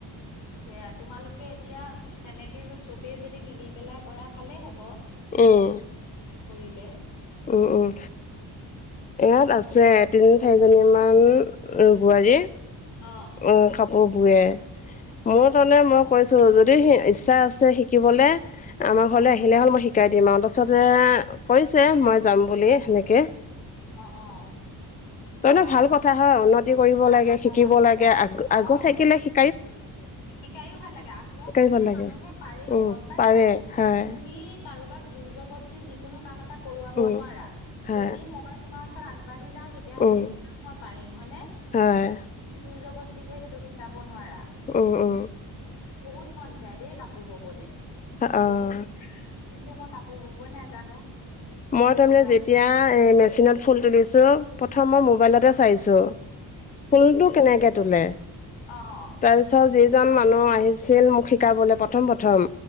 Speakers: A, on the left (about 85°); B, on the left (about 20°).
A: সেয়া তোমালোক কে এতিয়া তেনেকে চবেই যদি মিলি পেলাই কৰা, ভালেই হ'ব।
B: উম।
A: <unintelligible> কৰিলে।
B: উম, উম,
A: সেয়া
B: ইয়াত আছ আছে, তিনি, চাৰিজনীমান বোৱাৰী।
A: অ'।
B: অ', কাপোৰ বোৱে,
A: অ',
B: মোৰ তনে মই কৈছোঁ, যদি ইচ্ছা আছে শিকিবলে, আমাৰ
A: অ',
B: ঘৰলে আহিলে হ'ল মই শি শিকাই দিম আৰু তাৰপাছতে কৈছে মই যাম বুলি সেনেকে।
A: অ', অ'।
B: <unintelligible>
A: অ',
B: ন ভাল কথা হয়, উন্নতি কৰিব
A: ভাল
B: লাগে,
A: কথা,
B: শিকিব
A: ভাল কথা
B: লাগে আ
A: অ'।
B: আগ্ৰহ থাকিলে শি
A: শিকাইও ভাল লাগে, আগ্ৰহ
B: শিকায়ো
A: থাকিলে
B: ভাল লাগে
A: মানুহে পাৰেও
B: উম,
A: গম পাইছা,
B: পাৰে হয়
A: তুমি কাৰোবাক জুৰ-জবস্তি যিকোনো কাম এটা কৰোৱাব
B: উম,
A: নোৱাৰা।
B: হয়।
A: যদি মই তোমাৰ ওচৰত আগবাঢ়ি যাওঁ, তেতিয়াহ'লে
B: উম,
A: সেইটোকে মই পাৰিম, হয়নে।
B: হয়
A: <unintelligible> জুৰ-জবস্তি কৰি সেইটো শিকাব নোৱাৰা।
B: উম, উম।
A: কিন্তু বহুত মন যায় দেই কাপোৰ ববলে,
B: অ'।
A: বহুত কিন্তু মই কাপোৰ ব'ব নাজানো।
B: মই
A: সেইটো
B: তাৰমানে
A: কাৰণে
B: যেতিয়া এই মেচিনত ফুল তুলিছোঁ, প্ৰথম মই মোবাইলতে
A: অ
B: চাইছোঁ। ফুলটো কেনেকে তোলে।
A: অ', অ'।
B: তাৰপিছত যিজন মানুহ আহিছিল মোক শিকাবলে প্ৰ প্ৰথম- প্ৰথম,